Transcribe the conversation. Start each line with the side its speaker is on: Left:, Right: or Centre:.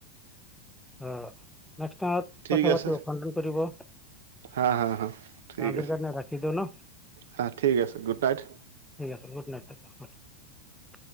Centre: অ নেক্সট টাইম
Right: ঠিক
Centre: কথা পাতিম
Right: আছে
Centre: ফোন চোন কৰিব।
Right: হা হা হা ঠিক
Centre: আজিৰ
Right: আছে।
Centre: কাৰণে ৰাখি দিওঁ ন
Right: হা ঠিক আছে, গুড নাইট।
Centre: ঠিক <inaudible>